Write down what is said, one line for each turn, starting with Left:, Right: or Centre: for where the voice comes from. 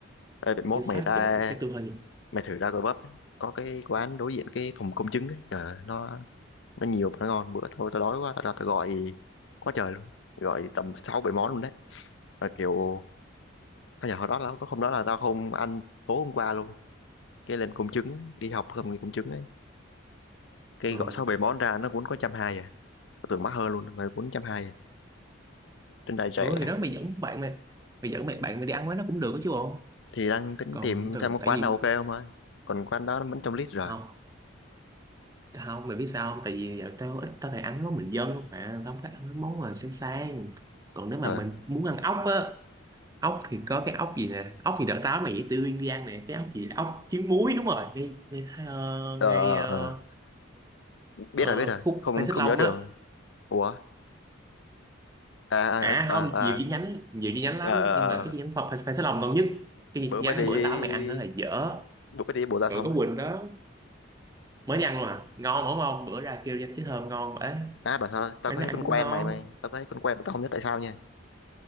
Left: Ê, vậy mốt
Right: chứ sáu
Left: mày ra
Right: chục cái tôi hơi
Left: mày thử ra Gò bắp có cái quán đối diện cái phòng công chứng ấy. Trời ơi, nó nó nhiều món ngon bữa thôi tao đói quá tao ra tao gọi quá trời luôn gọi tầm sáu bảy món luôn đấy mà kiểu thôi giờ hồi đó là có hôm đó là tao không ăn tối hôm qua luôn cái lên công chứng đi học xong rồi công chứng ấy cái
Right: ừ.
Left: gọi sáu bảy món ra nó cũng có trăm hai à tao tưởng mắc hơn luôn mà cũng trăm hai à trên đài rẻ
Right: ừ thì đó mày dẫn bạn mày mày dẫn mày bạn mày đi ăn với nó cũng được đó chứ bộ
Left: thì đang tính
Right: còn
Left: tìm
Right: từ
Left: xem có quán
Right: tại vì
Left: nào ok không ơi còn quán đó nó vẫn trong list rồi
Right: không không mày biết sao không tại vì giờ tao ít tao phải ăn món bình dân không mà tao không có ăn mấy món mà sáng sáng còn nếu mà
Left: trời
Right: mình muốn ăn ốc á ốc thì có cái ốc gì nè ốc thì đợt tao mày dễ tươi đi ăn nè cái ốc gì ốc trứng muối đúng rồi ngay ngay, ờ,
Left: ờ
Right: ngay
Left: ờ,
Right: ờ,
Left: ờ. ờ. biết
Right: ờ,
Left: rồi biết rồi
Right: khúc
Left: không
Right: Phan Xích
Left: không
Right: Long
Left: nhớ đường
Right: á
Left: ủa à
Right: à
Left: à à,
Right: không nhiều
Left: à.
Right: chi nhánh nhiều chi nhánh lắm
Left: ờ ờ,
Right: nhưng mà cái
Left: ờ.
Right: chi nhánh Phan Phan Xích Long ngon nhất cái
Left: bữa
Right: chi nhánh
Left: mới đi
Right: bữa tao mày ăn đó là dở
Left: bữa mới đi Bồ Gia
Right: rồi
Left: xong
Right: có
Left: á
Right: Quỳnh đó mới đi ăn luôn à ngon đúng không bữa ra kêu cái thơm ngon vậy
Left: à bảo sao tao
Right: quán
Left: có
Right: nó
Left: thấy
Right: ăn
Left: con
Right: cũng
Left: quen
Right: ngon
Left: mày mày tao có thấy con quen mà tao không nhớ tại sao nha